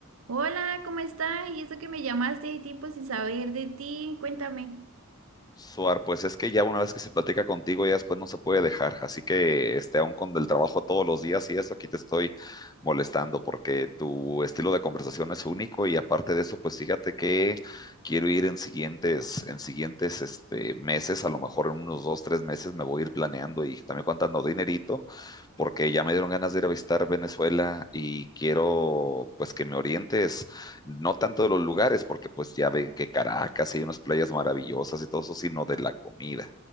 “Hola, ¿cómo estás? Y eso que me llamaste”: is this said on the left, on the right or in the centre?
Right